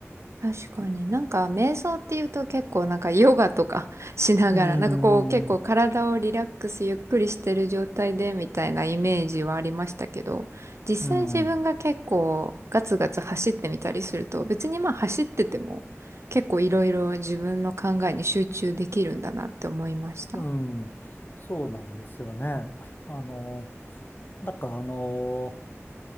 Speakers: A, on the right; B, on the left.
A: 確かになんか瞑想っていうと結構なんかヨガとか <laughs> しながらなんかこう結構体をリラックスゆっくりしてる状態でみたいなイメージはありましたけど実際自分が結構ガツガツ走ってみたりすると別にまあ走ってても結構いろいろ自分の考えに集中できるんだなって思いました。
B: うん、うん。うん、そうなんですよね。あの、なんかあの、